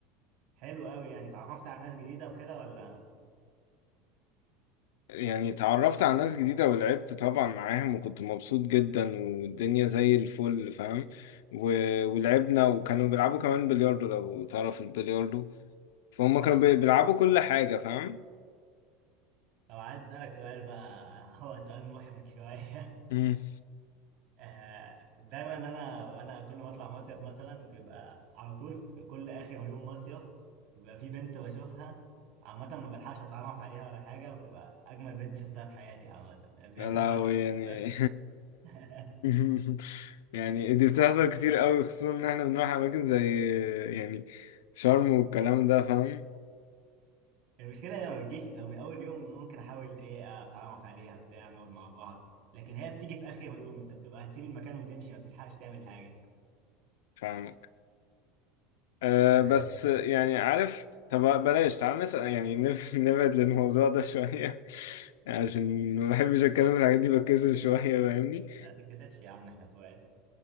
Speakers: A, on the right; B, on the left.
A: حلو قوي يعني اتعرفت على ناس جديده وكده ولا
B: يعني
A: كنت
B: اتعرفت
A: طالع معاهم
B: على ناس
A: بس
B: جديدة ولعبت طبعا معاهم وكنت مبسوط جدا والدنيا زي الفل فاهم و... ولعبنا وكانوا بيلعبوا كمان بلياردو لو تعرف البلياردو فهم
A: طبعا
B: كانوا بي- بيلعبوا كل حاجة فاهم
A: طب عايز اسالك سؤال بقى <laughs> هو سؤال محرج شويه <laughs>
B: مم.
A: آه، دايما انا وانا كل ما اطلع مصيف مثلا بيبقى على طول في كل اخر يوم مصيف بيبقى في بنت بشوفها عامة ما بلحقش اتعرف عليها ولا حاجة وبتبقى اجمل بنت شفتها في حياتي عامة بيحصل
B: يا لهوي
A: معاك الموقف
B: يعني
A: ده <laughs>
B: <laughs> يعني دي بتحصل كتير قوي خصوصا ان احنا بنروح اماكن زي يعني شرم والكلام ده فاهم
A: المشكلة هي ما بتجيش لو من أول يوم ممكن أحاول إيه أتعرف عليها بتاع نقعد مع بعض لكن هي بتيجي في آخر يوم أنت بتبقى هتسيب المكان وتمشي ما بتلحقش تعمل حاجة
B: فاهمك أه بس
A: <laughs>
B: يعني عارف طب بلاش تعال نسأل يعني نف- <laughs> نبعد للموضوع ده شوية <laughs> عشان ما بحبش اتكلم في الحاجات دي بتكسف شوية فاهمني
A: ما تتكسفش يا عم إحنا إخوات